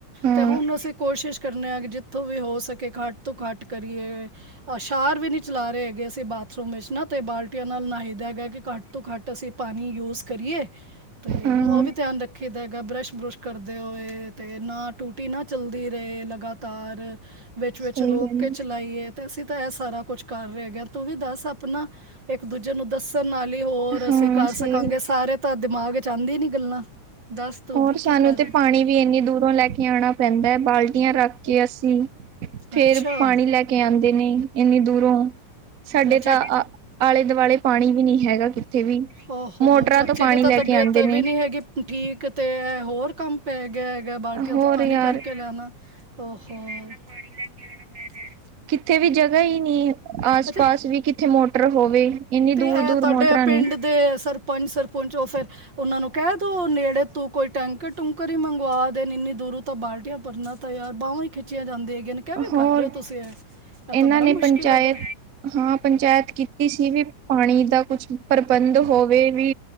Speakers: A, on the right; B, on the right.
A: ਹਾਂ
B: ਤੇ ਹੁਣ ਅਸੀਂ ਕੋਸ਼ਿਸ਼ ਕਰਨਾ ਹਾਂ ਕਿ ਜਿੱਥੋਂ ਵੀ ਹੋ ਸਕੇ ਖਟ ਤੋਂ ਖਟ ਕਰੀਏ। ਅ ਸ਼ਾਰ ਵੀ ਨਹੀਂ ਚਲਾ ਰਹੇ ਹੈਗੇ ਅਸੀਂ ਬਾਥਰੂਮ ਵਿੱਚ ਨਾ ਤੇ ਬਾਲਟੀਆਂ ਨਾਲ ਨਹਾਈ ਦਾ ਹੈਗਾ ਕਿ ਘੱਟ ਘੱਟ ਤੋਂ ਘੱਟ ਅਸੀਂ ਪਾਣੀ ਯੂਜ ਕਰੀਏ, ਤੇ
A: ਹਾਂ
B: ਮੋਹ ਵੀ ਧਿਆਨ ਰੱਖੀ ਦਾ ਹੈਗਾ ਬਰੱਸ਼ ਬਰੁਸ਼। ਕਰਦੇ ਹੋਏ ਤੇ, ਨਾ ਟੂਟੀ ਨਾ ਚੱਲਦੀ ਰਹੇ, ਲਗਾਤਾਰ ਵਿੱਚ -ਵਿੱਚ
A: ਸਹੀ
B: ਰੋਕ
A: ਗੱਲ
B: ਕੇ ਚਲਾਈਏ। ਤੇ ਅਸੀਂ ਤਾਂ, ਇਹ ਸਾਰਾ ਕੁੱਛ ਕਰ ਰਹੇ ਹੇਗੇ ਹਾਂ, ਤੂੰ ਵੀ ਦੱਸ ਆਪਣਾ, ਇੱਕ ਦੂਜੇ ਜਿਹਨੂੰ ਦੱਸਣ ਨਾਲ ਹੀ ਹੋਰ, ਅਸੀਂ
A: ਹਾਂ
B: ਕਰ
A: ਸਹੀ
B: ਸਕਾਂਗੇ, ਸਾਰੇ ਤਾਂ ਦਿਮਾਗ ਚ ਆਉਂਦੀ ਨੀ ਗੱਲਾਂ ਦਸ ਤੂ
A: ਹੋਰ
B: ਵੀ ਕੀ
A: ਸਾਨੂੰ
B: ਕਰ
A: ਤੇ ਪਾਣੀ ਵੀ ਇੰਨੀ ਦੂਰੋਂ ਲੈ ਕੇ ਆਉਣਾ ਪੈਂਦਾ ਹੈ। ਬਾਲਟੀਆਂ ਰੱਖ ਕੇ ਅਸੀਂ ਫੇਰ
B: ਅੱਛਾ
A: ਪਾਣੀ ਲੈ ਕੇ ਆਉਂਦੇ ਨੇ, ਇੰਨੀ ਦੂਰੋਂ ਸਾਡੇ
B: ਲੈ ਚਾਚ
A: ਤਾਂ, ਆ ਆਲੇ-ਦੁਆਲੇ ਪਾਣੀ ਵੀ ਨਹੀਂ ਹੈਗਾ ਕਿੱਥੇ ਵੀ
B: ਔ ਹੋ
A: ਮੋਟਰਾਂ
B: ਚਾਚੇ
A: ਤੋਂ ਪਾਣੀ
B: ਦੀ ਤਾਂ,
A: ਲੈ
B: ਤਬੀਅਤ
A: ਕੇ ਆਂਦੇ ਨੇ
B: ਵੀ ਨੀ ਹੈਗੀ, ਠੀਕ ਤੇ ਹੋਰ ਕੰਮ ਪੈ ਗਿਆ ਹੈਗਾ, ਬਾਲਟੀਆਂ
A: ਹੋਰ
B: ਤੋਂ ਪਾਣੀ
A: ਯਾਰ
B: ਭਰ ਕੇ ਲੈਣਾ, ਔ ਹੋ ਪਾਣੀ ਲੈ ਕੇ ਆਣਾ ਪੈ ਰੇਹਾ
A: ਕਿੱਥੇ ਵੀ ਜਗ੍ਹਾ ਹੀ ਨਹੀਂ, ਆਸ-ਪਾਸ
B: ਅੱਛਾ
A: ਵੀ ਕਿੱਥੇ ਮੋਟਰ ਹੋਵੇ, ਇੰਨੀ
B: ਤੇ
A: ਦੂਰ-ਦੂਰ
B: ਇਹ ਤੁਹਾਡੇ
A: ਮੋਟਰਾਂ
B: ਪਿੰਡ
A: ਨੇ
B: ਦੇ ਸਰਪੰਚ- ਸਰਪੰਚ ਉਹ ਫਿਰ, ਉਹਨਾਂ ਨੂੰ ਕਹਿ ਦੋ, ਨੇੜੇ ਤੂੰ ਕੋਈ ਟੈਂਕ ਟੁਂਕ ਕਰ ਹੀ ਮੰਗਵਾ ਦੇਣ, ਇੰਨੀ ਦੂਰੋਂ ਤਾਂ ਬਾਲਟੀਆਂ ਭਰਨਾ, ਤਾਂ ਯਾਰ ਬਾਹੋਂ ਹੀ ਖਿੱਚੀਆਂ ਜਾਂਦੀ ਹੈਗੀਆਂ ਨੇ ਕਿਵੇਂ ਕਰ
A: ਹੋਰ
B: ਰਹੇ ਹੋ ਤੁਸੀਂ ਇਹ, ਇਹ
A: ਇਹਨਾਂ
B: ਤਾਂ ਬੜਾ
A: ਨੇ
B: ਮੁਸ਼ਕਿਲ
A: ਪੰਚਾਇਤ
B: ਹੋ ਗਿਆ।
A: ਹਾਂ, ਪੰਚਾਇਤ ਕੀਤੀ ਸੀ, ਵੀ ਪਾਣੀ ਦਾ ਕੁਛ ਪ੍ਰਬੰਧ ਹੋਵੇ ਵੀ